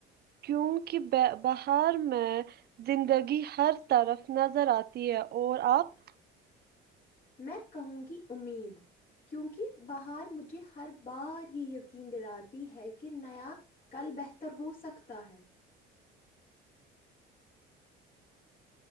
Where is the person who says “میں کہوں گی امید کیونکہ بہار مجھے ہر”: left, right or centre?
Left